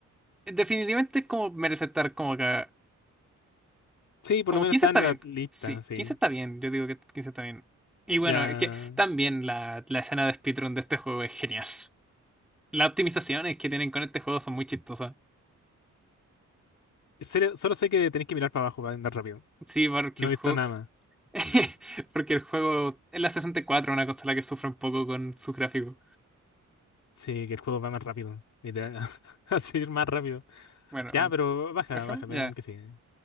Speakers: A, in the centre; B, on the left.
A: definitivamente es como merece estar como acá.
B: Sí, por
A: Como
B: lo menos
A: 15
B: está
A: está
B: en
A: bien.
B: la lista,
A: Sí,
B: sí.
A: 15 está bien. Yo digo que 15 está bien. Y bueno,
B: Ya.
A: es que también la, la escena de speedrun de este juego es genial. Las optimizaciones que tienen con este juego son muy chistosas.
B: En serio, solo sé que tenéis que mirar para abajo para andar rápido.
A: Sí, porque
B: No
A: el
B: he
A: juego,
B: visto nada más.
A: <laughs> Porque el juego es la 64, una consola que sufre un poco con sus gráficos.
B: Sí, que el juego va más rápido. Literal. <laughs> Va A seguir más rápido.
A: Bueno,
B: Ya, pero baja,
A: bajemos,
B: baja, veamos
A: ya.
B: el que sigue.